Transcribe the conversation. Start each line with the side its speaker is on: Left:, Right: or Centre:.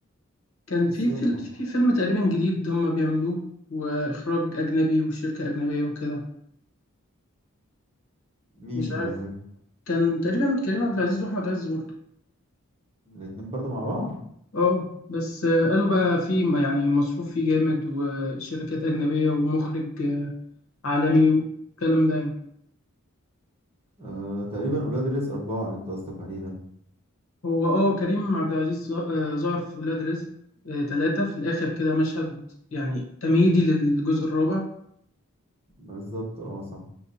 Left: كان
Right: بس
Left: في
Right: يلا
Left: فيل- في فيلم تقريبا جديد هم بيعملوه واخراج اجنبي وشركه اجنبيه وكده
Right: مين
Left: مش
Right: اللي
Left: عارف
Right: بيعمله
Left: كان تقريبا كريم عبد العزيز واحمد عز برضه
Right: الاتنين برضه مع بعض
Left: اه بس آه، قالوا بقى في م- يعني مصروف فيه جامد وشركات اجنبيه ومخرج آه، عالمي والكلام ده يعني
Right: آه تقريبا ولاد رزق أربعة اللي انت قصدك عليه ده
Left: هو اه كريم عبد العزيز ظ- آه، ظهر في ولاد رزق آه، تلاتة في الآخر كده مشهد يعني تمهيدي للجزء الرابع
Right: بالظبط اه صح